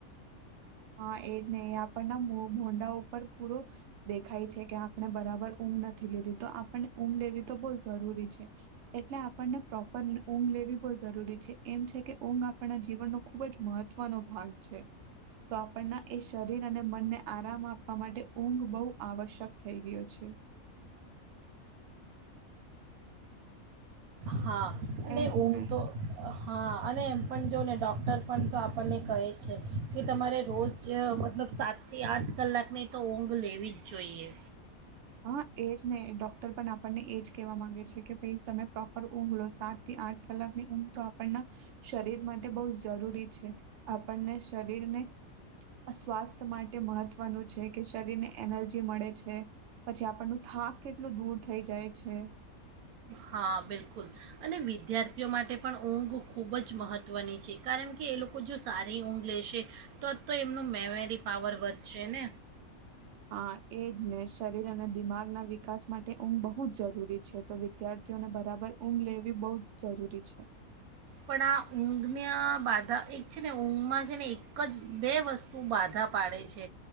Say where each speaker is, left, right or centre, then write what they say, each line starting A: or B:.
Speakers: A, on the right; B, on the right.
A: હા એ જ નહી એ આપણના મો મોંડા ઉપર પૂરો દેખાય છે કે આપણે બરાબર ઊંઘ નથી લીધી તો આપણને ઊંઘ લેવી તો બહુ જરૂરી છે એટલે આપણને પ્રોપર ઊંઘ લેવી બહુ જરૂરી છે એમ છે કે ઊંઘ આપણના જીવનનો ખૂબ જ મહત્વનો ભાગ છે તો આપણના એ શરીર અને મનને આરામ આપવા માટે ઊંઘ બહુ આવશ્યક થઈ ગયો છે
B: હા અને
A: એજ
B: ઊંધ
A: ને
B: તો અ હા અને એમ પણ જોને ડૉક્ટર પણ તો આપણને કહે છે કે તમારે રોજ મતલબ સાતથી આઠ કલાકની તો ઊંઘ લેવી જ જોઈએ
A: હા એ જ ને ડોક્ટર પણ આપણને એ જ કહેવા માંગે છે કે ભાઈ તમે પ્રોપર ઊંઘ લો સાત થી આઠ કલાકની ઊંઘ તો આપણના શરીર માટે બહુ જરૂરી છે આપણને શરીરને સ્વાસ્થ્ય માટે મહત્વનું છે કે શરીરને એનર્જી મળે છે પછી આપણ નુ થાક કેટલો દૂર થઈ જાય છે
B: હા બિલકુલ અને વિદ્યાર્થીઓ માટે પણ ઊંઘ ખૂબ જ મહત્ત્વની છે કારણ કે એ લોકો જો સારી ઊંઘ લેશે તો તો એમનું મેમરી પાવર વધશે ને
A: હા એજ ને શરીર અને દિમાગ ના વિકાસ માટે ઊંઘ બહુ જ જરૂરી છે તો વિદ્યાર્થીઓને બ બરાબર ઊંઘ લેવી બઉ જરૂરી છે
B: પણ આ ઊંઘના બાધા એક છે ને ઊંઘમાં છે ને એક જ બે વસ્તુ બાધા પાડે છે